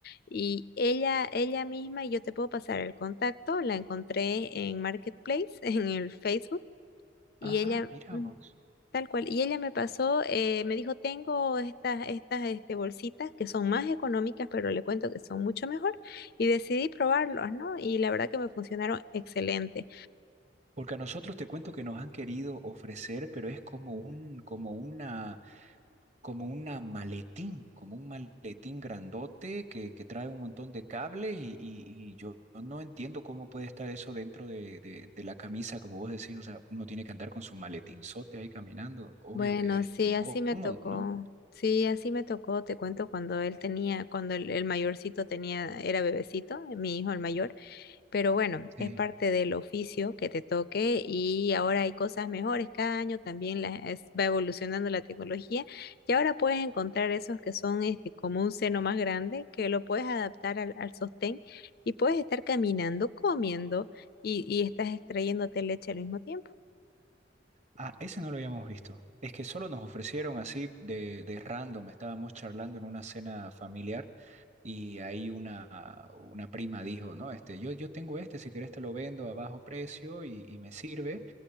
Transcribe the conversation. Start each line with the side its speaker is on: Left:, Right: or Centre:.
Left: Y ella, ella misma, y yo te puedo pasar el contacto, la encontré en Marketplace, <laughs> en el Facebook, y
Right: Ah,
Left: ella...
Right: mira
Left: mm,
Right: vos.
Left: Tal cual. Y ella me pasó, eh, me dijo, tengo estas, estas este, bolsitas que son más económicas, pero le cuento que son mucho mejor. Y decidí probarlos, ¿no? Y la verdad que me funcionaron excelente.
Right: Porque a nosotros te cuento que nos han querido ofrecer, pero es como un, como una como una maletín, como un maletín grandote que, que trae un montón de cable y, y- y yo no entiendo cómo puede estar eso dentro de, de- de la camisa, como vos decís, o sea, uno tiene que andar con su maletinzote ahí caminando, obvio
Left: Bueno,
Right: que es
Left: sí,
Right: incómodo,
Left: así me tocó.
Right: ¿no?
Left: Sí, así me tocó. Te cuento cuando él tenía, cuando el, el mayorcito tenía, era bebecito, mi hijo el mayor. Pero bueno,
Right: Sí.
Left: es parte del oficio que te toque y ahora hay cosas mejores. Cada año también la- es- va evolucionando la tecnología y ahora puedes encontrar esos que son este, como un seno más grande que lo puedes adaptar al, al sostén y puedes estar caminando, comiendo y, y estás extrayéndote leche al mismo tiempo.
Right: Ah, ese no lo habíamos visto. Es que solo nos ofrecieron así de, de random. Estábamos charlando en una cena familiar y ahí una, una prima dijo, no, este, yo, yo tengo este, si querés te lo vendo a bajo precio y, y me sirve.